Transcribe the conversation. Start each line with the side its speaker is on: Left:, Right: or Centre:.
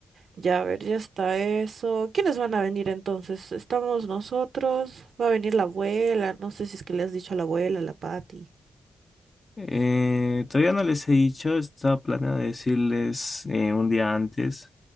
Right: Ya, a ver, ya está eso. ¿Quiénes van a venir entonces? Estamos nosotros. Va a venir la abuela. No sé si es que le has dicho a la abuela, a la Patti.
Left: Eh, todavía no les he dicho, estaba planeado decirles eh, un día antes,